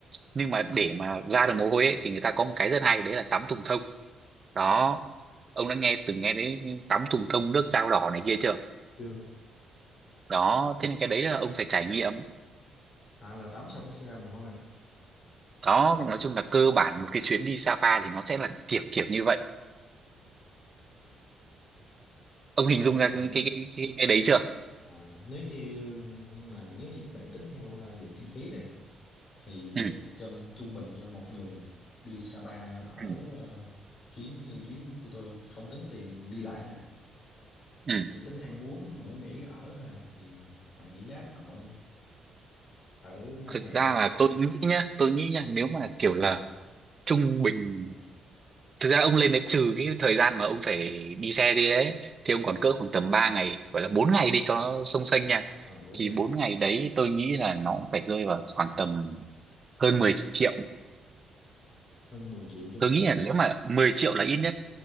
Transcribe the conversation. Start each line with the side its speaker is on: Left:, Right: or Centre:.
Right: nhưng mà
Left: à,
Right: để mà ra được mồ hôi ấy, thì người ta có một cái rất hay đấy là tắm thùng thông đó ông đã nghe từng nghe đến tắm thùng thông nước dao đỏ này kia chưa
Left: chưa luôn
Right: đó thế nên cái đấy là ông phải trải nghiệm
Left: à là tắm xong nó sẽ ra mồ hôi hả
Right: đó nói chung là cơ bản một cái chuyến đi Sapa thì nó sẽ là kiểu kiểu như vậy ông
Left: tính
Right: hình
Left: ra
Right: dung ra
Left: là-
Right: cái cái cái, cái, cái đấy chưa
Left: à, nếu như nhưng mà nếu như bạn tính theo à, về kinh phí đây thì bình
Right: ừ,
Left: quân trong trung bình cho một người đi Sapa ở
Right: ừ,
Left: ờ, chuyến như chuyến của tôi không tính tiền đi lại nha
Right: ừ.
Left: chỉ tính ăn uống ngủ nghỉ ở thôi thì bạn nghĩ giá tầm bao nhiêu ở 5
Right: thực
Left: ngày
Right: ra
Left: đó
Right: là tôi nghĩ nhá tôi nghĩ nhá nếu mà kiểu là trung bình thực ra ông lên đấy trừ cái thời gian mà ông phải đi xe đi ấy thì ông còn cỡ khoảng tầm ba ngày gọi là bốn
Left: à,
Right: ngày đi cho nó sông xanh nha
Left: rồi 4
Right: thì
Left: ngày
Right: 4 ngày đấy tôi nghĩ là nó cũng phải rơi vào khoảng tầm hơn mười triệu
Left: hơn mười triệu cho
Right: tôi
Left: một
Right: nghĩ
Left: người
Right: là
Left: đúng
Right: nếu
Left: không
Right: mà 10 triệu là ít nhất